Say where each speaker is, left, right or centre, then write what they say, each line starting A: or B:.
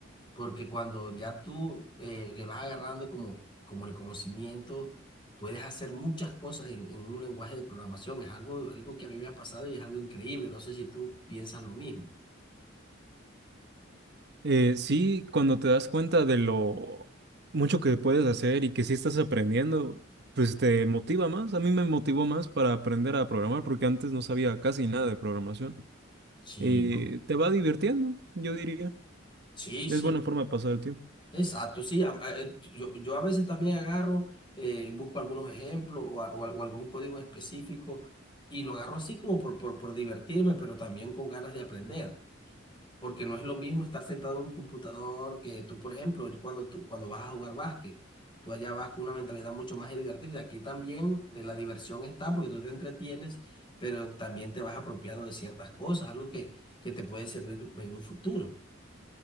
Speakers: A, on the left; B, on the right.
A: porque cuando ya tú eh, le vas agarrando como, como el conocimiento, puedes hacer muchas cosas en, en un lenguaje de programación. Es algo, algo que a mí me ha pasado y es algo increíble. No sé si tú piensas lo mismo.
B: Eh, sí, cuando te das cuenta de lo mucho que puedes hacer y que sí estás aprendiendo, pues te motiva más. A mí me motivó más para aprender a programar, porque antes no sabía casi nada de programación.
A: Sí,
B: Y
A: no.
B: te va divirtiendo, yo diría.
A: Sí, sí,
B: Es buena forma de pasar el tiempo.
A: exacto, sí. am- a- eh, Yo, yo a veces también agarro, eh, busco algunos ejemplos o, a- o a- o algún código específico y lo agarro así como por, por, por divertirme, pero también con ganas de aprender. porque no es lo mismo estar sentado en un computador que tú, por ejemplo, ir cuando tú, cuando vas a jugar básquet, tú allá vas con una mentalidad mucho más de divertirte. Aquí también eh, la diversión está porque tú te entretienes, pero también te vas apropiando de ciertas cosas, algo que, que te puede servir en un futuro.